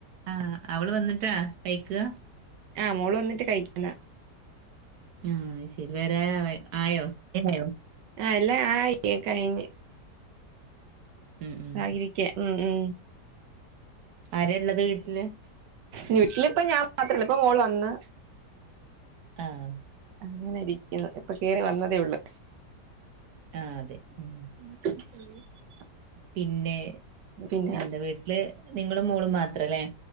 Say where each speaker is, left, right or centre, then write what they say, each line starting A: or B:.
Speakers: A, on the right; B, on the right.
A: ആഹ് അവള് വന്നിട്ടാ കൈക്കുക
B: ആഹ് മോള് വന്നിട്ട് കഴിക്കുന്ന
A: ആഹ് അത്ശരി വേരെ ആയോ <unintelligible> ആയോ
B: ആഹ് എല്ലം ആയിക്ക് കഴിഞ്ഞ്
A: ഉം ഉം
B: ആകിരിക്കേ ഉം ഉം
A: ആരള്ളത് വീട്ടില്
B: വീട്ടിലിപ്പ ഞാൻ മാത്രല്ല ഇപ്പം മോള് വന്ന്
A: ആഹ്
B: അങ്ങനെ ഇരിക്കുന്നു ഇപ്പൊ കേയറി വന്നതേ ഉള്ളൂ
A: ആഹ് അതെ ഉം
B: <unintelligible>
A: പിന്നെ
B: പിന്നെ
A: എന്താ വീട്ടില് നിങ്ങളും മോളും മാത്രല്ലേ